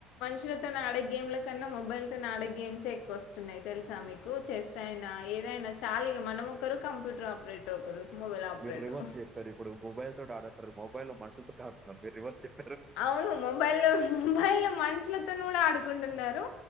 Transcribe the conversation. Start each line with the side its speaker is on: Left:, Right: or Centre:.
Left: మనుషు తో ఆడే గేమ్లో కన్నా మొబైల్ ఆడే గేమ్స్ ఎక్కువ వస్తున్నాయి తెలుసా మీకు చెస్ ఎ ఇదైనా చాలీగా మనము ఒకరు కంప్యూటర్ ఆపరేటర్ ఒకరు మొబైల్ ఆపరేటర్
Right: మీరు రివర్స్ చెప్పారు ఇప్పుడు మొబైల్ తోటి ఆడతారు మొబై లో మనుషులతో ఆడుతున్నారు మీరు రివర్స్ చెప్పారు,
Left: అవును మొబైలో మొబైలో మనుషులతో కూడా ఆడుకుంటున్నారు